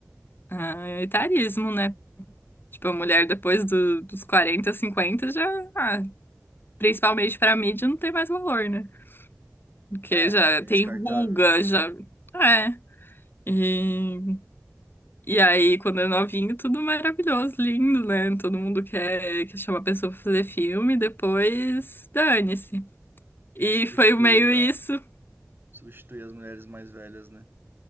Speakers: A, on the left (about 45°); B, on the right (about 45°).
A: a etarismo, né? Tipo, a mulher depois do- dos 40, 50 já, ah, principalmente pra mídia, não tem mais valor, né? Porque
B: É,
A: já
B: né, é
A: tem
B: descartável.
A: ruga, já, é. E, e aí, quando é novinho, tudo maravilhoso, lindo, né? Todo mundo quer, quer chamar a pessoa pra fazer filme, depois dane-se. E
B: Eu substituía,
A: foi meio isso.
B: substituía as mulheres mais velhas, né?